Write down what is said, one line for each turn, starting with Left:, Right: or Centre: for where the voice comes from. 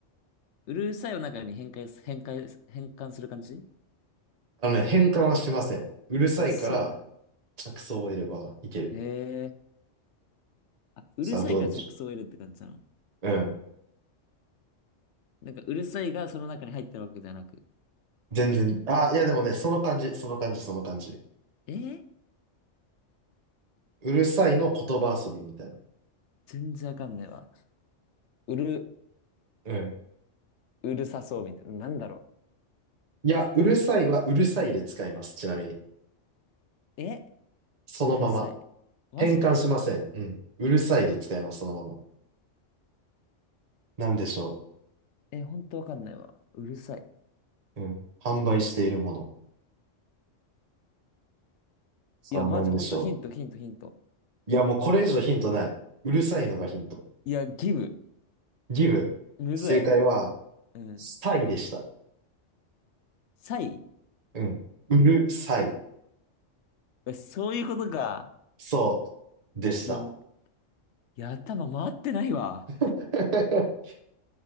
Left: うるさいを中に変換す、変換、変換する感じ
Right: あのね、変換はしません。うるさいから、
Left: あ、そうなんだ。
Right: 着想を得ればいける。
Left: へえ。あ、うるさいから着想を得るって感じなの。
Right: さあ、どうでしょう。うん。
Left: なんかうるさいがその中に入ってるわけじゃなく。
Right: 全然、あ、いやでもね、その感じ、その感じ、その感じ。
Left: え
Right: うるさいの言葉遊びみたいな。
Left: 全然わかんないわ。うる、
Right: うん。
Left: うるさそうみたいな。なんだろ
Right: いや、うるさいはうるさいで使います。ちなみに。
Left: うえ
Right: そのまま。
Left: うるさい。マジで
Right: 変換しません。うん。うるさいで使います。そのまま。なんでしょ
Left: え、ほんとわかんないわ。うるさい。
Right: う。うん。販売しているもの。さあ、
Left: いや、マジほんとヒント、
Right: なんでしょ
Left: ヒント、ヒント。
Right: う。いや、もうこれ以上ヒントない。うるさいのがヒント。
Left: いや、ギブ。
Right: ギブ。
Left: むずい。
Right: 正解は、
Left: うん。
Right: サイでした。
Left: サイ
Right: うん。うるさい。
Left: えそういうことか。
Right: そう、でした。
Left: うわ、もういや、頭回ってないわ。
Right: <laughs>